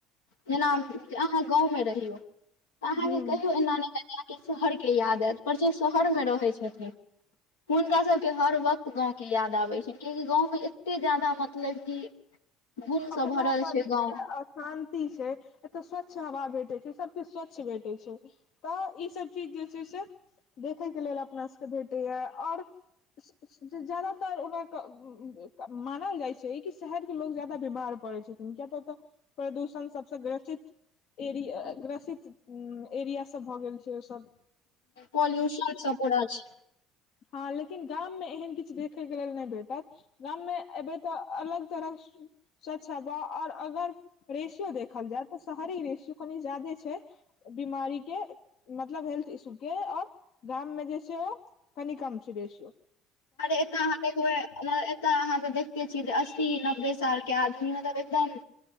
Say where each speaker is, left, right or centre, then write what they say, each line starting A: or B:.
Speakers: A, on the left; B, on the left.
A: जेना अहाँ गाँवमे रहियौ। तऽ अहाँकेँ
B: हूँ
A: कहियौ एना नय हेएत अहाँ शहरके याद आयत पर जे शहरमे रहै छथिन। हुनका सभके हर वक्त गाँव के याद आबै छैन कियाकि गाँव मे एतेऽ ज्यादा मतलब कि गुणसँ
B: अपनापन
A: भरल
B: छै
A: गाँव
B: शान्ति छै एतय स्वच्छ हवा भेटै छै सब किछ स्वच्छ भेटै छै। तऽ ईसभ चीज जे छै से देखयके लेल अपना सभके भेटैया आओर ज़्यादातर ओकरा मानल जाइ छै कि शहर के लोग ज्यादा बीमार पड़ै छथिन किया तऽ ओतऽ प्रदूषण सबस ग्रसित एरिया ग्रसित एरिया सब भऽ गेल छै ओ सब।
A: पॉल्यूशन सब पूरा छै।
B: हँ लेकिन गाममे एहन किछ देखै के लेल नय भेटत गाम मे एबै तऽ अलग तरह स्वच्छ हवा आओर अगर रेेशियो देखल जाय तऽ शहरी रेेशियो कनि जादे छै। बीमारी के मतलब हेल्थ इशू के आओर गाम मे जे छै ओ कनि कम छै रेेशियो।
A: अरे ऐत आहा देखबे। उमहर एत तऽ अहाँ सब देखते छियै तऽ अस्सी नब्बे साल के आदमी मतलब एकदम